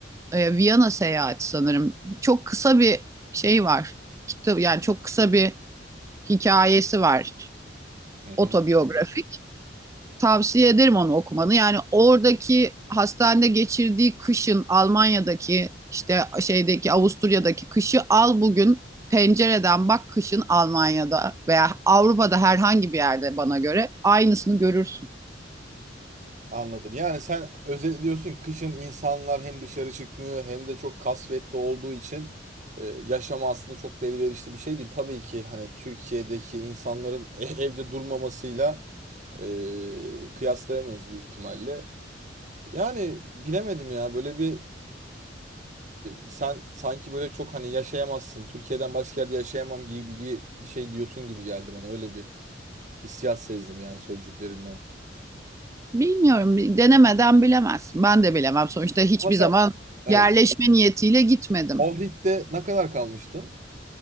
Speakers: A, on the right; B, on the right.
A: e, Viyana seyahati sanırım. Çok kısa bir şey var. Kitap yani çok kısa bir hikayesi var.
B: Hı hı.
A: Otobiyografik. Tavsiye ederim onu okumanı. Yani oradaki hastanede geçirdiği kışın Almanya'daki işte şeydeki Avusturya'daki kışı al bugün pencereden bak kışın Almanya'da veya Avrupa'da herhangi bir yerde bana göre aynısını görürsün.
B: Anladım. Yani sen özetliyorsun ki kışın insanlar hem dışarı çıkmıyor hem de çok kasvetli olduğu için e, yaşam aslında çok da elverişli bir şey değil. Tabii ki hani Türkiye'deki insanların e- evde durmamasıyla e, kıyaslayamayız büyük ihtimalle. Yani bilemedim ya böyle bir e, sen sanki böyle çok hani yaşayamazsın Türkiye'den başka yerde yaşayamam gibi gibi bir şey diyorsun gibi geldi bana öyle bir hissiyat sezdim yani sözcüklerinden.
A: Bilmiyorum denemeden bilemezsin. Ben de bilemem sonuçta hiçbir
B: Ama sen
A: zaman
B: Evet.
A: yerleşme niyetiyle gitmedim.
B: Ohrid'de ne kadar kalmıştın?